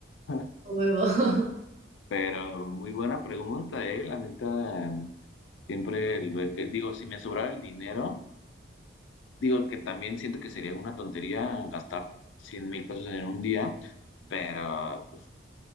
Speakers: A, on the left; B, on the right.
A: <laughs>
B: a huevo. <laughs>
A: Pero muy buena pregunta, eh, la neta, siempre el güey que, digo, si me sobrara el dinero. Digo que también siento que sería una tontería gastar 100 mil pesos en un día, pero pues